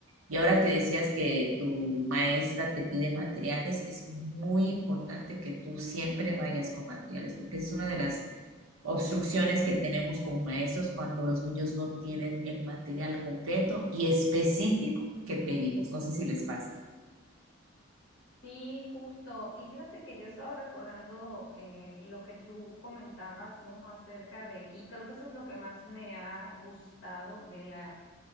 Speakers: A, on the right; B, on the left.
A: Y
B: ujú.
A: ahora que decías que tu maestra te pide materiales, es muy importante que tú siempre vayas con materiales, porque esa es una de las obstrucciones que tenemos como maestros cuando los niños no tienen el material completo y específico que pedimos. No sé si les pasa.
B: Sí, justo. Y fíjate que yo estaba recordando eh, lo que tú comentabas, ¿no? Acerca de, y creo que eso es lo que más me ha gustado de la